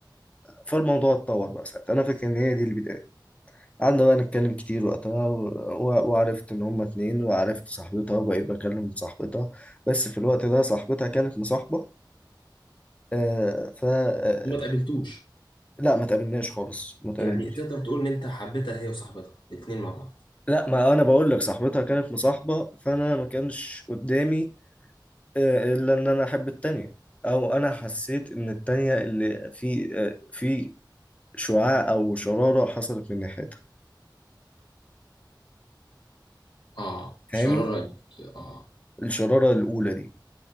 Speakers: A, on the left (about 15°); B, on the left (about 80°).
A: فالموضوع اتطور بقى ساعتها انا فاكر ان هي دي البدايه قعدنا بقى نتكلم كتير وقتها و... و... وعرفت ان هما اتنين وعرفت صاحبتها وبقيت بكلم صاحبتها بس في الوقت ده صاحبتها كانت مصاحبه آه ف آه،
B: ما تقابلتوش
A: لا ما تقابلناش خالص ما تقابلناش
B: يعني تقدر تقول ان انت حبيتها هي وصاحبتها الاثنين مع بعض
A: لا ما انا بقول لك صاحبتها كانت مصاحبه فانا ما كانش قدامي آه، الا ان انا احب التانية او انا حسيت ان التانية اللي في آه، في شعاع أو شرارة حصلت من ناحيتها
B: اه شرارة
A: فاهمني
B: قلبك. اه
A: الشرارة الأولى دي